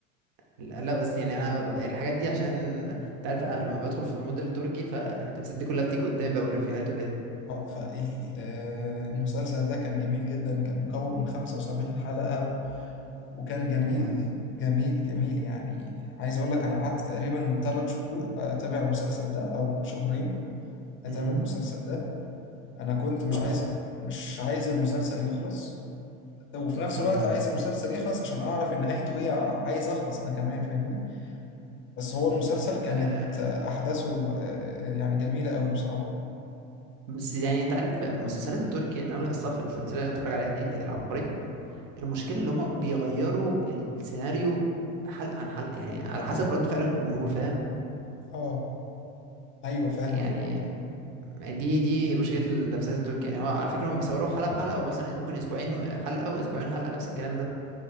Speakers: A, on the right; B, on the left.
A: لا لا، بس يعني انا ب- يعني الحاجات دي عشان انت عارف أه، لما بدخل في مود التركي فالتمثيلات دي كلها بتيجي قدامي بقى والريفيوهات وكده
B: اه فالمسلسل ده كان جميل جدا كان مكون من 75 حلقة و- وكان جميل
A: جامد
B: جميل جميل يعني عايز اقول لك انا قعدت تقريبا ثلاث شهور اتابع المسلسل ده او شهرين اتابع
A: امم
B: المسلسل ده انا كنت مش
A: تحفة
B: عايز مش عايز المسلسل يخلص وفي نفس
A: ايوه
B: الوقت عايز المسلسل يخلص عشان اعرف إن نهايته ايه عايز اخلص انا كمان فاهمني بس هو المسلسل كانت
A: <laughs>
B: احداثه آه، يعني جميلة قوي بصراحة
A: بس يعني انت عارف المسلسلات التركي يعني انا لاحظتها في التمثيليه اللي بتفرج عليها دي اللي هي العبقري المشكله اللي هما بيغيروا السيناريو حلقه عن حلقه يعني على حسب رد فعل الجمهور فاهم
B: اه ايوه فاهمك
A: يعني
B: اه
A: دي دي مشكله المسلسلات التركي يعني هو على فكره هما بيصوروا حلقه بحلقه او مثلا ممكن اسبوعين حلقه واسبوعين حلقه نفس الكلام ده